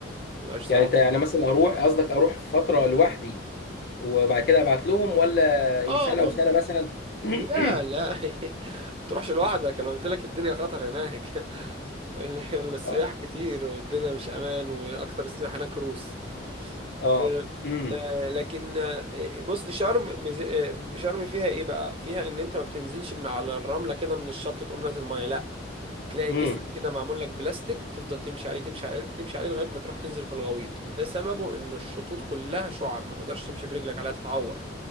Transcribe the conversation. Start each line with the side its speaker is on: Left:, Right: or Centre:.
Right: تبقاش صعبة
Left: يعني انت انا مثلا اروح قصدك اروح فتره لوحدي وبعد كده ابعت لهم ولا إيه،
Right: اه
Left: سنه
Right: ممكن
Left: وسنه مثلا <coughs> <clears throat>
Right: لا لا <laughs> ما تروحش لوحدك انا قلت لك الدنيا خطر هناك <laughs> ال- السياح
Left: اه
Right: كتير والدنيا مش امان واكتر السياح هناك روس
Left: اه
Right: آه،
Left: امم
Right: آه، لكن آه، بص دي شرم ميز- آه، شرم فيها ايه بقى فيها ان انت ما بتنزلش من على الرمله كده من الشط تقوم نازل ميه لا تلاقي
Left: امم
Right: جسر كده معمول لك بلاستيك بتفضل تمشي عليه تمشي عليه تمشي عليه لغايه ما تروح تنزل في الغويط وده سببه ان الشطوط كلها شعب ما تقدرش تمشي برجلك عليها تتعور